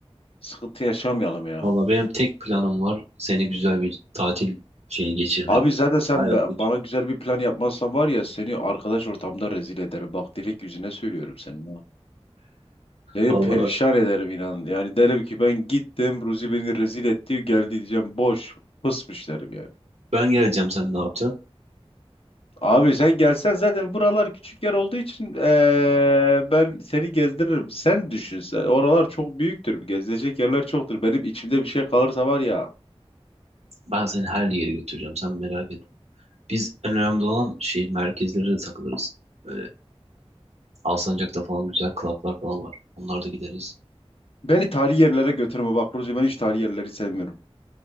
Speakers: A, on the left; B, on the right.
A: Sıkıntı yaşamayalım ya.
B: Valla benim tek planım var seni güzel bir tatil şeyi geçirmek.
A: Abi zaten sen
B: Hayat
A: be-
B: geçirmek.
A: bana güzel bir plan yapmazsan var ya seni arkadaş ortamda rezil ederim. Bak direkt yüzüne söylüyorum senin ha. Seni
B: Valla
A: perişan ederim inan. Yani derim ki ben gittim Ruzi beni rezil etti geldi diyeceğim boş fısmış derim yani.
B: ben geleceğim sen ne yapacaksın?
A: Abi sen gelsen zaten buralar küçük yer olduğu için eee, ben seni gezdiririm. Sen düşün sen. Oralar çok büyüktür. Gezilecek yerler çoktur. Benim içimde bir şey kalırsa var ya.
B: Ben seni her yere götüreceğim sen merak etme. Biz en önemli olan şey merkezlere de takılırız. Böyle Alsancak'ta falan güzel klaplar falan var. Onlara da gideriz.
A: Beni tarihi yerlere götürme bak Ruzi ben hiç tarihi yerleri sevmiyorum.